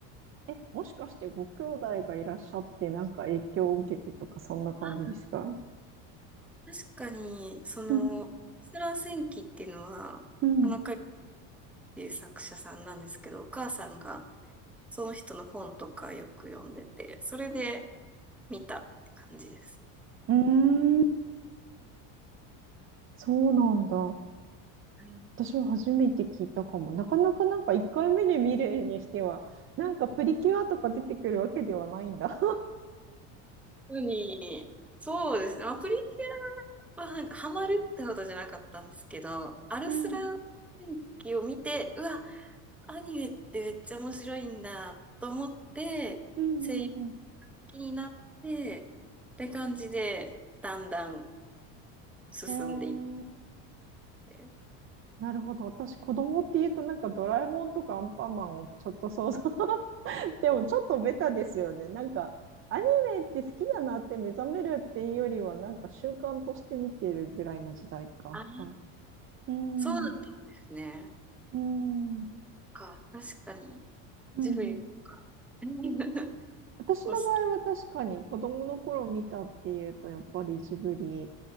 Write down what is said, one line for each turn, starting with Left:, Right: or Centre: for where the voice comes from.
Right: ー、え、もしかしてご兄弟がいらっしゃってなんか影響を受けてとかそんな感じですか
Centre: ー確かに、その、
Right: うん
Centre: アルスラン戦記っていうのは、
Right: うん
Centre: 田中っていう作者さんなんですけど、お母さんがその人の本とかよく読んでて、それで見たって感じです。
Right: うーん、そうなんだ。
Centre: はい
Right: 私は初めて聞いたかも。なかなかなんか1回目で見るにしては、なんかプリキュアとか出てくるわけではないんだ。
Centre: 当に、そうですね。まあプリキュアはなんかハマるってほどじゃなかったんですけど、アルスラー電気を見て、
Right: うん
Centre: うわ、アニメってめっちゃ面白いんだと思って、
Right: うんうんうん
Centre: 声優気になって、って感じで、だんだん進んでいっ
Right: えー、
Centre: て。
Right: なるほど。私、子供って言うと、なんかドラえもんとかアンパンマンをちょっと想像。<laughs> でも、ちょっとベタですよね。なんか、アニメって好きだなって目覚めるっていうよりは、なんか習慣として見てるぐらいの時代か。
Centre: ああ、
Right: はいうん
Centre: そうなんですね。
Right: うんうん
Centre: か、確かに、
Right: うん
Centre: ジブリ。<laughs>
Right: 私の場合は確かに子供の頃見たっていうとやっぱりジブリ
Centre: 押し